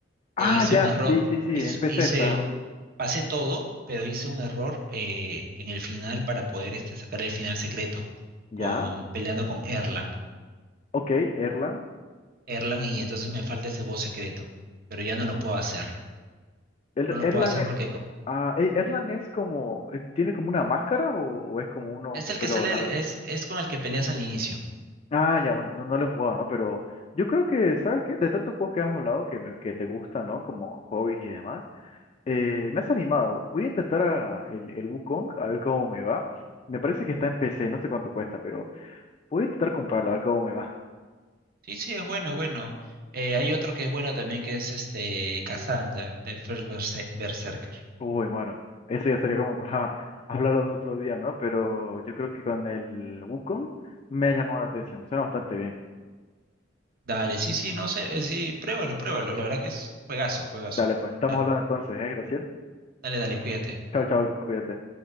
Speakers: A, on the left (about 35°); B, on the right (about 50°).
A: Ah,
B: e hice
A: ya,
B: un error,
A: sí, sí, sí,
B: hice,
A: en PC
B: hice-
A: está.
B: pasé todo, pero hice un error eh, en el final para poder este, sacar el final secreto
A: ¿Ya?
B: con peleando con Erlang.
A: Ok, Erlan.
B: Erlang y entonces me falta ese boss secreto, pero ya no lo puedo hacer.
A: El-
B: No lo
A: Erlan,
B: puedo hacer
A: e-
B: porque co-
A: ah, e- Erlan es como, eh, ¿tiene como una máscara o, o es como uno
B: Es
A: con
B: el
A: pelo
B: que sale,
A: largo?
B: el- es, es con el que peleas al inicio.
A: Ah, ya, bueno, no, no lo he jugado, ¿no? Pero yo creo que, ¿sabes qué? De tantos juegos que has hablado que, me- que te gustan, ¿no? Como hobbies y demás, eh, me has animado. Voy a intentar a- el, el Wukong, a ver cómo me va. Me parece que está en PC, no sé cuánto cuesta, pero voy a intentar comprarlo, a ver cómo me va.
B: Sí, sí, es bueno, es bueno. Eh, hay otro que es bueno también que es este Kazan de, de First Berse- Berserker.
A: Uy, bueno, eso ya sería como para <laughs> hablarlo de otro día, ¿no? Pero yo creo que con el Wukong me ha llamado la atención. Suena bastante bien.
B: Dale, sí, sí, no sé, eh, sí, pruébalo, pruébalo. La verdad que es juegazo, juegazo.
A: Dale, pues, estamos
B: Da-
A: hablando entonces, ¿eh, Graciela?
B: Dale, dale, cuídate.
A: Chao, chao, cuídate.